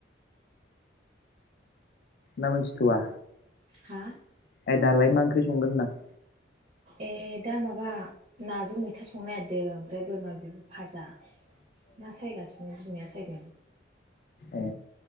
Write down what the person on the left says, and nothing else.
ना मोनथि'था?
ए दालाय मा ओंख्रि संगोन होनदों आं
ए